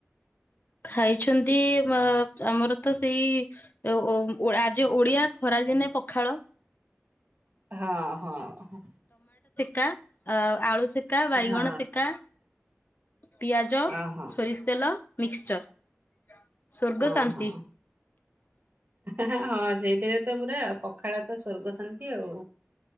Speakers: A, on the left; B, on the right.
A: ଖାଇଛନ୍ତି ଅ ଆମର ତ ସେଇ ଓଓ ଆଜି ଓଡିଆ ଖରାଦିନେ ପଖାଳ।
B: ହଁ ହଁ।
A: କା ଅ ଆଳୁ ସେିକା ବାଇଗଣ
B: ହଁ
A: ସେକା। ପିଆଜ।
B: ଓହୋ
A: ସୋରିଷ୍ ତେଲ। ମିକ୍ସ୍ଚର୍। ସୋରଗ୍
B: ଓହୋ।
A: ଶାନ୍ତି।
B: ହଁ ସେଇଥିରେ ତ ପୁରା ପଖାଳ ତ ସୋର୍ଗ ଶାନ୍ତି ଆଉ।